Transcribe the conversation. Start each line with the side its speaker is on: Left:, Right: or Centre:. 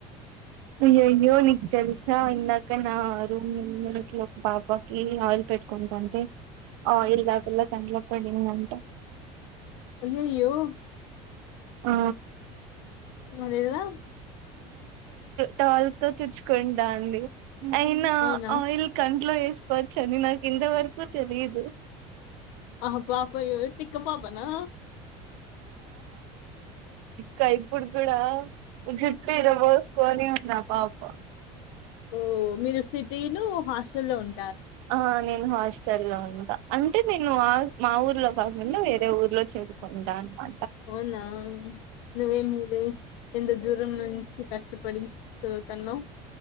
Right: అయ్య అయ్యో నికు తెలుసా ఇందాక నా రూమ్ ఒక పాపాకి ఆయిల్ పెట్టుకుంట అంటే ఆయిల్ ఆ పిల్ల కండ్ల్ పోయింది అంట
Left: అయ్యయ్యో
Right: ఆ
Left: అదేదా
Right: టవల్‌తో తుడుచుకుంటంది అయినా
Left: అవునా
Right: ఆయిల్ కంట్లో వేసుకోవచ్చు అని నాకు ఇంతవరకు తెలియదు
Left: ఆ పాప తిక్క పాపనా
Right: క ఇప్పుడు కూడా జుట్టు ఇరా బోస్కోని ఉం పాప్ప
Left: ఓ మీరు సిటీలు హాస్ సలోన్
Right: ఆ నేను హాస్ టెల్లో ఉంట అంటే నేను ఆ మా ఊర్లో కాకుండా వేరే ఊర్లో చదువుకుంటా అనమా
Left: అవునా నువ్వే మేలే ఎంత దూరం నుంచి కష్టపడి. చదువతన్నావ్